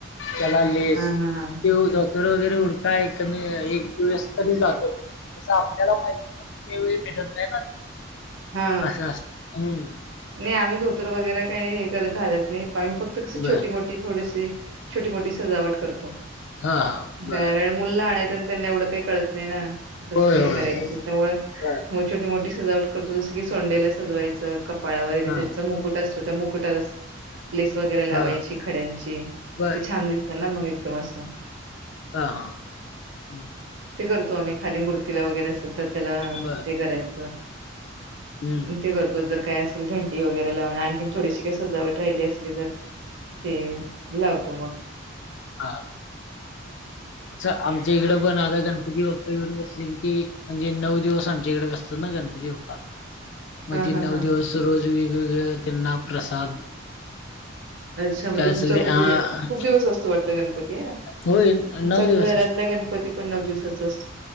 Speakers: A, on the left; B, on the right.
A: त्याला लेस,
B: हा हा
A: कि धोतर वगैरे हुडकाय काय कमी एक दिवस तरी जातो, तसं आपल्याला पाहिजे तसं त्या वेळी भेटतं नाही ना‌.
B: हा
A: असं असतं. हम्
B: नाही आम्ही धोतर वगैरे काही हे करतं घालतं नाही. पण फक्त कशी
A: बर
B: छोटी मोठी थोडीशी छोटी मोठी सजावट करतो.
A: हा, हा बर
B: कारण मुलं लहान येतं आणि त्यांना एवढं काही कळतं नाही ना, कसं
A: होय
B: काय हे
A: होय
B: करायचं त्यांच्यामुळे
A: बर
B: छोटी मोठी सजावट करतो. जसं की सोंडेला सजवायच, कपाळावर ही
A: हा
B: त्यांचा मुकुट असतो त्या मुकुटाला लेस वगैरे लावायची
A: हा
B: खड्यांची,
A: बर
B: ते छान दिसतं ना मग एकदम असं.
A: हा, हा, हम्
B: ते करतो आम्ही, खाली मूर्तीला वगैरे असेल तर त्याला
A: बरं.
B: ते करायचं.
A: हं,
B: पण ते करतोच जर काय असं घंटी वगैरे लावूणं, आणखी थोडीशी काही सजावट राहिली असली तर ते, लावतो मग.
A: हा. तसं आमच्या हिकडं पण आता गणपती बाप्पा येऊन बसले होते, म्हणजे नऊ दिवस आमच्या हिकडचं असतात. गणपती बाप्पा. मधी
B: हां, हां,
A: नऊ
B: हां.
A: दिवस, रोज वेगवेगळे त्यांना प्रसाद.
B: अच्छा! म्हणजे
A: काय
B: तुमच्याकडे
A: असेल ते हां.
B: खूप दिवस असतो वाटत? गणपती,
A: होय,
B: तुमच्या
A: दिवस
B: घरातल्या
A: असतो.
B: गणपती पण नऊ दिवसाचाच